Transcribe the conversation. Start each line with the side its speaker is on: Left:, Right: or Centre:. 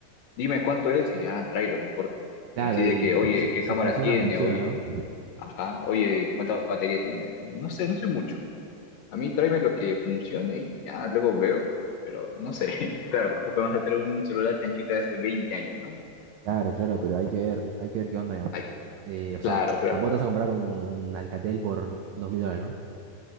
Left: dime cuánto es y ya, tráelo, no importa. Pero
Right: Claro,
Left: así de
Right: y
Left: que, oye,
Right: si,
Left: ¿qué
Right: si
Left: cámara
Right: funciona,
Left: tiene?
Right: funciona,
Left: Oye,
Right: ¿no?
Left: ajá, oye, ¿cuánta batería tiene? No sé, no sé mucho. A mí tráeme lo que funcione y ya, luego veo. Pero
Right: Ajá.
Left: no sé, <laughs> claro, tampoco me vas a traer un celular chanchita de hace 20 años, ¿no?
Right: Claro, claro, pero hay que ver, hay que ver qué onda, digamos.
Left: Ay,
Right: Eh, o
Left: claro,
Right: sea,
Left: claro.
Right: tampoco te vas a comprar un, un Alcatel por dos mil dólares, ¿no?